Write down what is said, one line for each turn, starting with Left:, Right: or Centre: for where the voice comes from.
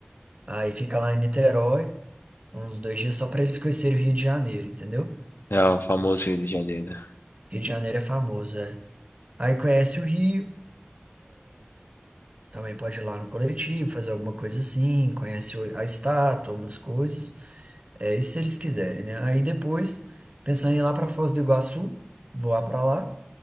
Right: Aí fica lá em Niterói, uns dois dias só pra eles conhecerem o Rio de Janeiro, entendeu?
Left: É o famoso Rio de Janeiro.
Right: Rio de Janeiro é famoso, é. Aí conhece o Rio, também pode ir lá no coletivo, fazer alguma coisa assim, conhece o- a estátua, umas coisas, é isso se eles quiserem, né? Aí depois, pensando em ir lá pra Foz do Iguaçu, voar pra lá,